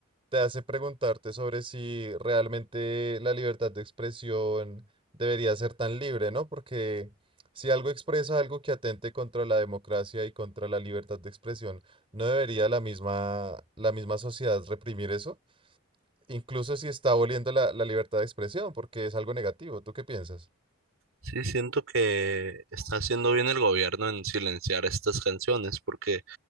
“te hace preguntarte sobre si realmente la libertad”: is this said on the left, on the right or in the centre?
Right